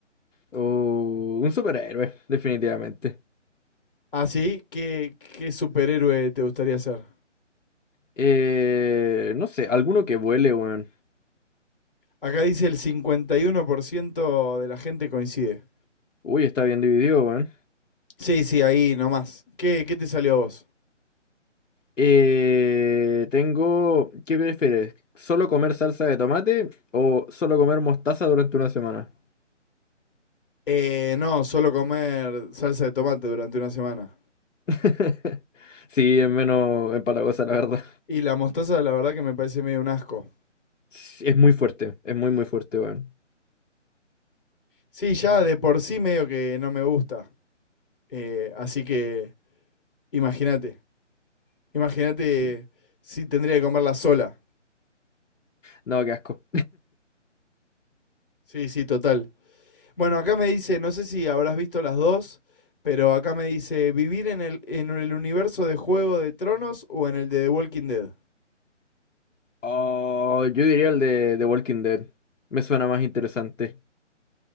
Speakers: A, on the left; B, on the left.
A: O un superhéroe, definitivamente.
B: Así, ¿qué, qué superhéroe te gustaría ser?
A: Eh, no sé, alguno que vuele, weón.
B: Acá dice el 51% de la gente coincide.
A: Uy, está bien dividido, weón.
B: Sí, sí, ahí nomás. ¿Qué, qué te salió a vos?
A: Eh, tengo, ¿qué prefieres? ¿Solo comer salsa de tomate o solo comer mostaza durante una semana?
B: Eh, no, solo comer salsa de tomate durante una semana.
A: <laughs> Sí, es menos empalagosa, la verdad.
B: Y la mostaza, la verdad que me parece medio un asco.
A: Sí, Es muy fuerte, es muy, muy fuerte, weón.
B: Sí, ya
A: Ah,
B: de por sí medio que no me gusta. Eh, así que imagínate. Imagínate
A: sí.
B: si tendría que comerla sola.
A: No, qué asco.
B: Sí, sí, total. Bueno, acá me dice, no sé si habrás visto las dos, pero acá me dice, ¿vivir en el, en el universo de Juego de Tronos o en el de The Walking Dead?
A: Oh, yo diría el de, de Walking Dead. Me suena más interesante.